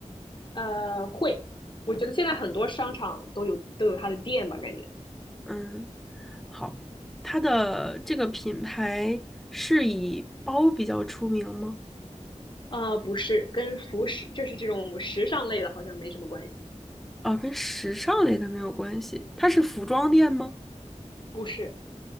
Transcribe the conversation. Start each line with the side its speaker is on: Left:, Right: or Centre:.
Left: 呃，会，我觉得现在很多商场都有都有它的店吧，感觉，
Centre: 嗯，好，它的这个品牌是以包比较出名吗？
Left: 呃，不是，跟服饰就是这种时尚类的，好像没什么关系，
Centre: 哦，跟时尚类的没有关系。它是服装店吗？
Left: 不是，